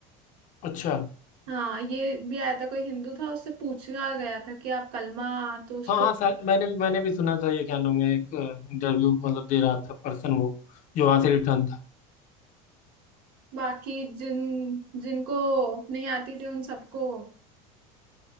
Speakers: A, on the left; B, on the right.
A: अच्छा
B: हाँ ये भी आया था कोई हिंदू था उससे पूछा गया था कि आप कलमा तो उसको
A: हाँ हाँ शायद मैंने भी मैंने भी सुना था ये क्या नाम है एक इंटरव्यू मतलब दे रहा था पर्सन वो जो वहां से रिटर्न था
B: बाकी जिन जिनको नहीं आती थी उन सबको